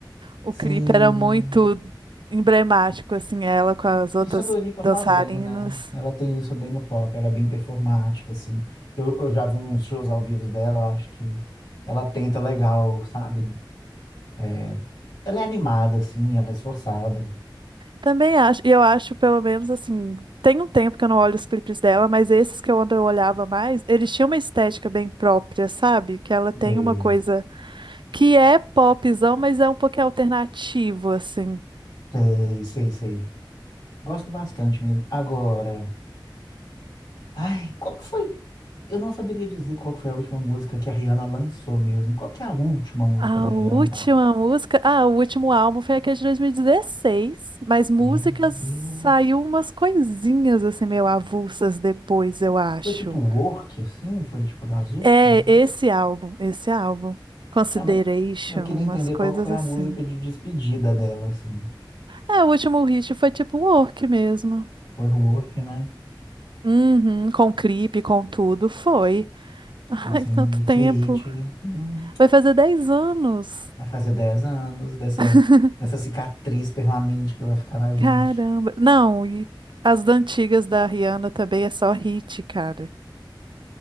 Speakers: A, on the right; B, on the left.
A: O
B: Sim,
A: clipe era muito emblemático assim, ela com as outras
B: isso a Dua
A: dançarinas.
B: faz bem, né? Ela tem isso bem no pop, ela é bem performática, assim. Eu, eu já vi uns shows ao vivo dela, eu acho que ela tenta legal, sabe? É, ela é animada, assim, ela é esforçada.
A: Também acho, e eu acho, pelo menos assim, tem um tempo que eu não olho os clipes dela, mas esses que eu ando eu olhava mais, eles tinham uma estética bem própria, sabe? Que ela tem
B: Sei,
A: uma coisa que é popzão, mas é um pouquinho alternativo, assim.
B: sei, sei, sei. Gosto bastante mesmo. Agora. Ai, qual que foi? Eu não saberia dizer qual foi a última música que a Rihanna lançou mesmo. Qual que é a última música
A: A
B: da Rihanna?
A: última música, ah, o último álbum foi aquele de 2016, mas músicas
B: Meu Deus.
A: saiu umas coisinhas assim meio avulsas depois, eu acho.
B: Foi tipo Work, assim? Foi tipo das últimas?
A: É esse álbum, esse álbum. Consideration,
B: É, mas eu queria
A: umas
B: entender
A: coisas
B: qual que foi a
A: assim.
B: música de despedida dela, assim.
A: É, o último hit foi tipo work mesmo.
B: Foi Work, né?
A: Uhum, com clipe, com tudo, foi. <laughs> Ai,
B: Nossa,
A: tanto
B: e
A: tempo.
B: que hit, hein? Hum,
A: Vai fazer 10 anos.
B: vai fazer 10 anos dessa,
A: <laughs>
B: dessa cicatriz permanente que vai ficar na gente.
A: Caramba. Não, e as da antigas da Rihanna também é só hit, cara.